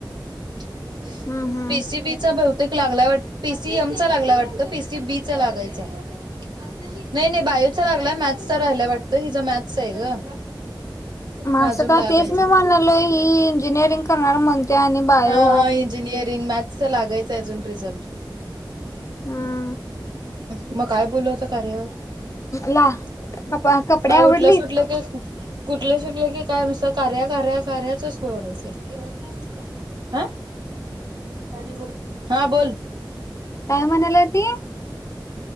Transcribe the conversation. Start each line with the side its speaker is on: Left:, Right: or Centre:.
Right: <inaudible>
Left: हम्म हम्म
Right: पीसीबीचा बहुतेक <unintelligible> पीसीएम चा लागलाय वाटत, पीसी बी चा लागायचाय, नाही -नाही बायोचा लागलाय मॅथस् राहिलाय वाटत हिच मॅथस् आहे ग
Left: मासं
Right: म अजून
Left: का
Right: लागायचं.
Left: तेच मी म्हणालो ही इंजिनिअरिंग करणार म्हणते आणि बायो
Right: हा -हा इंजिनियरिंग मॅ <unintelligible> लागायचं अजून रिझल्ट
Left: हम्म
Right: <inaudible> मग काय बोलत कार्या वर
Left: ला कप कपडे
Right: काय
Left: आवडलीत
Right: उठलं सुटलं क <inaudible> ुठलं सुटलं की काय नुसतं कार्या, कार्या कार्याचच बोलायचं <inaudible> आा <unintelligible> अ <unintelligible> बोल हा बोल
Left: काय म्हणाल्या ती